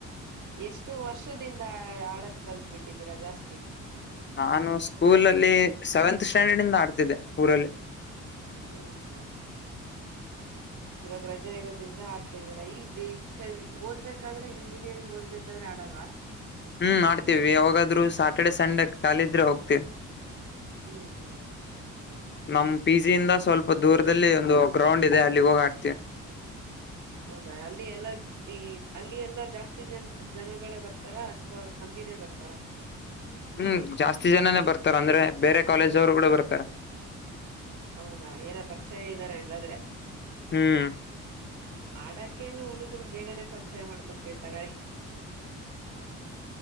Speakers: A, on the right; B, on the left.
A: ಎಷ್ಟು ವರ್ಷದಿಂದ ಆಡದ ಕಲ್ತ್ ಬಿಟ್ಟಿದ್ದೀರಾ ಜಾಸ್ತಿ
B: ನಾನು ಸ್ಕೂಲ ಅಲ್ಲಿ ಸೆವೆಂತ್ ಸ್ಟ್ಯಾಂಡರ್ಡ್ ಇಂದ ಆಡ್ತಿದ್ದೆ ಊರಲ್ಲಿ
A: ಹ್ಮ್ ಹ್ಮ್ ಹ್ಮ್ ಇವಾಗ ರಜೆ ಇರೋದ್ರಿಂದ ಆಡ್ತಾ ಇದೀರಾ ಇಲ್ ಬೇಕ ಓದ್ಬೇಕಾದ್ರೆ ಇಂಜಿನಿಯರಿಂಗ್ ಓದ್ಬೇಕಾದ್ರೆ ಆಡಲ್ವಾ
B: ಹ್ಮ್ ಮಾಡ್ತೀವಿ ಯಾವಾಗಾದ್ರು ಸಾಟರ್ಡೆ ಸಂಡೆ ಕಾಲಿದ್ರೆ ಹೋಗ್ತಿವಿ
A: ಹ್ಮ್ ಹ್ಮ್.
B: ನಮ ಪಿ ಜಿ ಇಂದ ಸ್ವಲ್ಪ ದೂರದಲ್ಲಿ ಒಂದು ಗ್ರೌಂಡ್ ಇದೆ ಅಲ್ಲಿ ಹೋಗ ಆಡ್ತಿ.
A: ಹೌದಾ ಅಲ್ಲಿ ಎಲ್ಲಾ ಈ ಅಲ್ಲಿ ಎಲ್ಲಾ ಜಾಸ್ತಿ ಜನ್ ಜನಗಳೇ ಬರ್ತಾರಾ ಅಥವಾ ಕಮ್ಮಿನೇ ಬರ್ತಾರ.
B: ಹ್ಮ್ ಜಾಸ್ತಿ ಜನಾನೇ ಬರ್ತಾರ ಅಂದ್ರೆ ಬೇರೆ ಕಾಲೇಜ್ವರು ಕೂಡ ಬರ್ತಾರ.
A: ಹೌದಾ ಏನ ಪರಿಚಯ ಇದ್ದಾರೆ ಹಂಗಾದ್ರೆ.
B: ಹ್ಮ್.
A: ಆಡಕ್ಕೇನು ಹುಡುಗರು ಬೇಗನೆ ಪರಿಚಯ ಮಾಡ್ಕೊಂತೀವಿ ತಗೊಳ್ಳಿ.